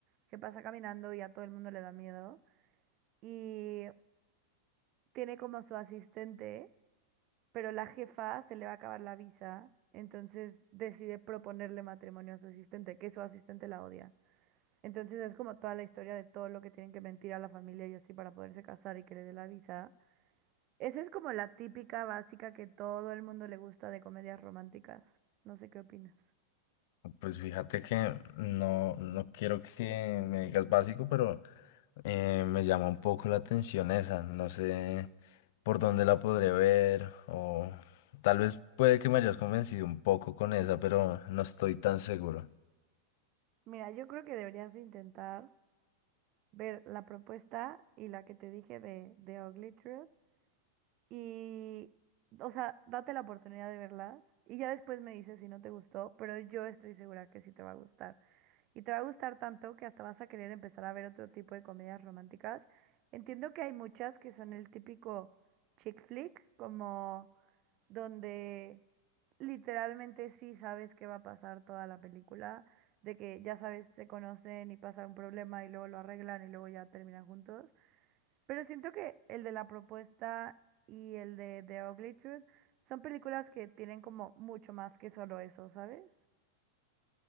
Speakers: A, on the right; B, on the left.
A: que pasa caminando y a todo el mundo le da miedo, y tiene como su asistente, pero la jefa se le va a acabar la visa, entonces decide proponerle matrimonio a su asistente, que su asistente la odia. Entonces es como toda la historia de todo lo que tienen que mentir a la familia y así para poderse casar y que le dé la visa. Esa es como la típica básica que todo el mundo le gusta de comedias románticas. No sé qué opinas.
B: Pues fíjate que no, no quiero que me digas básico, pero eh, me llama un poco la atención esa. No sé por dónde la podré ver o tal vez puede que me hayas convencido un poco con esa, pero no estoy tan seguro.
A: Mira, yo creo que deberías de intentar ver la propuesta y la que te dije de, de Ugly Truth. Y, o sea, date la oportunidad de verlas y ya después me dices si no te gustó, pero yo estoy segura que sí te va a gustar. Y te va a gustar tanto que hasta vas a querer empezar a ver otro tipo de comedias románticas. Entiendo que hay muchas que son el típico chick flick, como donde literalmente sí sabes qué va a pasar toda la película, de que ya sabes, se conocen y pasa un problema y luego lo arreglan y luego ya terminan juntos. Pero siento que el de La Propuesta y el de The Ugly Truth son películas que tienen como mucho más que solo eso, ¿sabes?